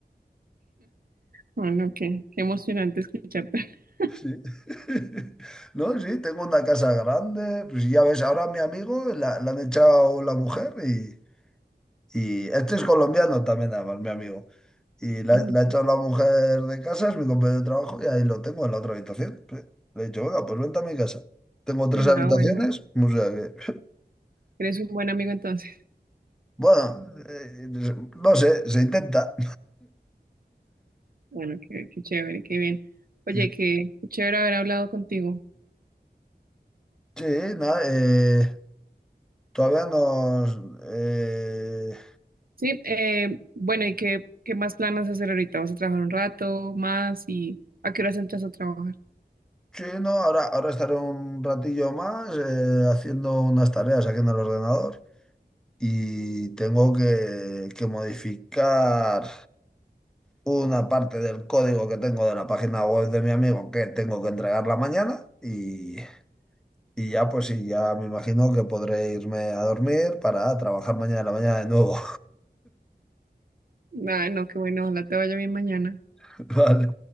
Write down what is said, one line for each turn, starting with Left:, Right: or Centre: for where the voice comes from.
Right: Bueno, qué, qué emocionante escucharte. <laughs>
Centre: Sí. <laughs> No, sí, tengo una casa grande. Pues ya ves, ahora a mi amigo la, la han echado la mujer y, y este es colombiano también, además, mi amigo. Y la,
Right: Mm,
Centre: la ha hecho la mujer de casa, es mi compañero de trabajo, y ahí lo tengo en la otra habitación. Sí. Le he dicho, venga, pues vente a mi casa. Tengo tres habitaciones,
Right: Ah, bueno,
Centre: o sea que,
Right: eres un buen amigo entonces.
Centre: <laughs> bueno, eh, no sé, se intenta.
Right: Bueno, qué, qué chévere, qué bien. Oye,
Centre: <laughs>
Right: qué, qué chévere haber hablado contigo.
Centre: Sí, nada, eh, todavía nos... eh,
Right: Sí, eh, bueno, ¿y qué, qué más planas hacer ahorita? ¿Vas a trabajar un rato más y a qué horas entras a trabajar?
Centre: sí, no, ahora, ahora estaré un ratillo más eh, haciendo unas tareas aquí en el ordenador y tengo que, que modificar. una parte del código que tengo de la página web de mi amigo que tengo que entregarla mañana y, y ya pues sí, ya me imagino que podré irme a dormir para trabajar mañana en la mañana de nuevo.
Right: Ah, no, qué bueno, ojalá te vaya bien mañana.
Centre: <laughs> Vale,